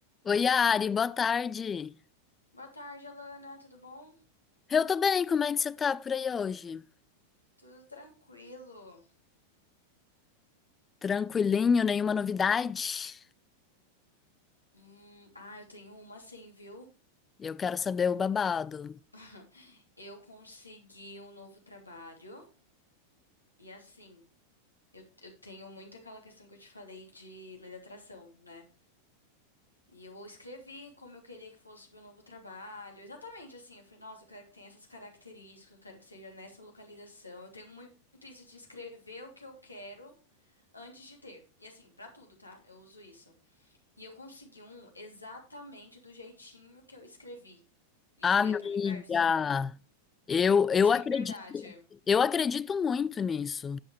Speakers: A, on the left; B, on the left.
A: Oi, Ari, boa tarde.
B: Boa tarde, Alana. Tudo bom?
A: Eu tô bem, como é que você tá por aí hoje?
B: Tudo tranquilo.
A: Tranquilinho, nenhuma novidade?
B: Hum, ah, eu tenho uma sim, viu?
A: Eu quero saber o babado.
B: <laughs> Eu consegui um novo trabalho e assim, eu, eu tenho muito aquela questão que eu te falei de lei da atração, né? E eu escrevi como eu queria que fosse o meu novo trabalho. Exatamente assim, eu falei, nossa, eu quero que tenha essas características, eu quero que seja nessa localização. Eu tenho muito isso de escrever o que eu quero antes de ter. E assim, pra tudo, tá? Eu uso isso. E eu consegui um exatamente do jeitinho que eu escrevi e
A: Amiga,
B: joguei pro universo.
A: eu, eu
B: De
A: acredito,
B: verdade.
A: eu acredito muito nisso.